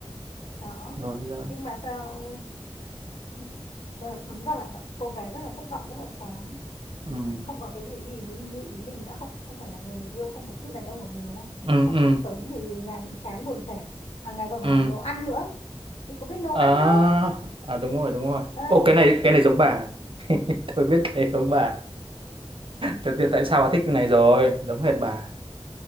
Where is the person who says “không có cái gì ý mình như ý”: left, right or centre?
Left